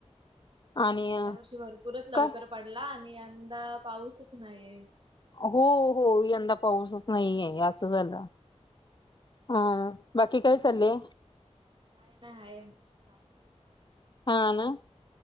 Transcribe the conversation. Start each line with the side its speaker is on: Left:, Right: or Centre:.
Left: आणि
Right: गेल्या वर्षी भरपूरच लवकर
Left: काय
Right: पडला आणि यंदा पाऊसच नाहीये.
Left: हो हो यंदा पाऊसच नाही आहे असं झालं.
Right: पूर्ण
Left: हम
Right: वाट लागले.
Left: बाकी काय चाले?
Right: काय नाही हाय चालू आहे.
Left: हा ना